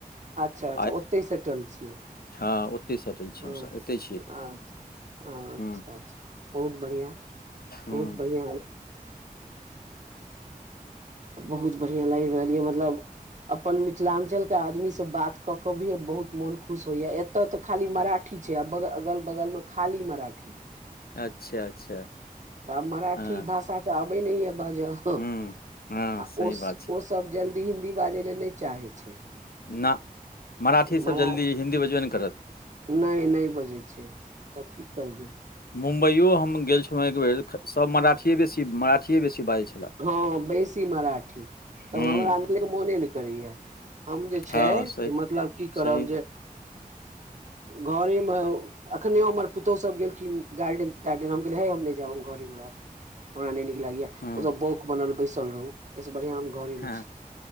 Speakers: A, on the right; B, on the left.
A: अच्छा अच्छा
B: आ
A: ओते सेटल छी
B: हँ ओतहि सेटल छी
A: ह
B: हमसभ एतहि छी
A: अचछा अच्छा
B: हुँ
A: अच्छा बहुत बढ़िआ
B: हुँ
A: बहुत बढ़िआ बहुत बढ़िआँ लागि रहल य मतलब अपन मिथिलांचल के आदमी से बात कऽ कऽ भी बहुत मोन खुश होइया ए एतऽ तऽ खाली मराठी छै ब अगल बगल मे खाली मराठी
B: अच्छा अच्छा
A: तब मराठी
B: हँ
A: भाषा त आबे नहि य बाज आ
B: हुँ हँ सही
A: ओ
B: बात छै
A: ओ सब जल्दी हिन्दी बाजै ले नहि चाहे छै
B: न मराठीसभ
A: मरा
B: जल्दी हिन्दी बजबे नहि करत
A: नहि नहि बजै छै तऽ की करबै
B: मुम्बई ओ हम गेल छलहुँ एक बेेर सभ मराठिए बेसी मराठिए बेसी बाजै छलए
A: हँ बेसी मराठी त हमरा
B: हुँ
A: मोने मोने ने करैया हम जे छै
B: हँ सही
A: से मतलब की करब
B: सही
A: जे घरेमे अखने हमर पुतहु सब गेलखिन गार्डेन तार्डेन हम गेल <unintelligible> हे हम नहि जाब हम घरे मे रहब ओरा नहि नीक लागै
B: हुँ
A: ओत बौक बनल बैसल रहु एहिस बढ़ियां हम घरे
B: हँ
A: मे छी